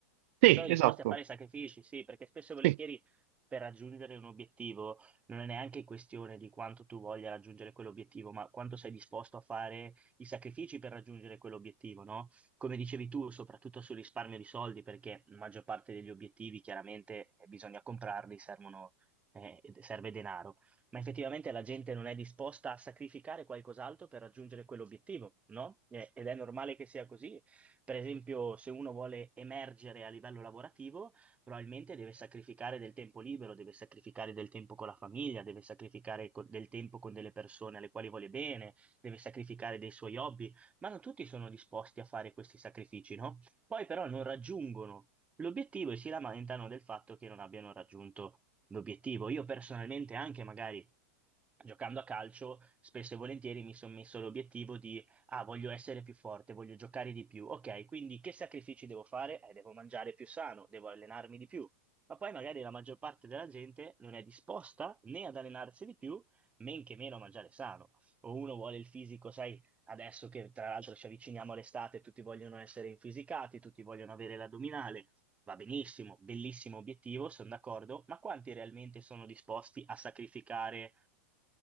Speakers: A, on the right; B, on the right.
A: Sì,
B: Non sono disposti
A: esatto.
B: a fare sacrifici, sì, perché spesso e volentieri
A: Sì,
B: per raggiungere un obiettivo non è neanche questione di quanto tu voglia raggiungere quell'obiettivo, ma quanto sei disposto a fare i sacrifici per raggiungere quell'obiettivo, no? Come dicevi tu, soprattutto sul risparmio di soldi, perché la maggior parte degli obiettivi chiaramente eh, bisogna comprarli, servono, eh, ed- serve denaro, ma effettivamente la gente non è disposta a sacrificare qualcos'altro per raggiungere quell'obiettivo, no? Eh, Ed è normale che sia così per esempio, se uno vuole emergere a livello lavorativo, probabilmente deve sacrificare del tempo libero, deve sacrificare del tempo con la famiglia, deve sacrificare co- del tempo con delle persone alle quali vuole bene, deve sacrificare dei suoi hobby, ma non tutti sono disposti a fare questi sacrifici, no? Poi però non raggiungono l'obiettivo e si lamentano del fatto che non abbiano raggiunto l'obiettivo. Io personalmente anche magari giocando a calcio, spesso e volentieri mi sono messo l'obiettivo di, ah, voglio essere più forte, voglio giocare di più. Ok, quindi che sacrifici devo fare? Eh, devo mangiare più sano, devo allenarmi di più. Ma poi magari la maggior parte della gente non è disposta né ad allenarsi di più, men che meno a mangiare sano. O uno vuole il fisico, sai, adesso che tra l'altro ci avviciniamo all'estate, tutti vogliono essere infisicati, tutti vogliono avere l'addominale. Va benissimo, bellissimo obiettivo, sono d'accordo, ma quanti realmente sono disposti a sacrificare?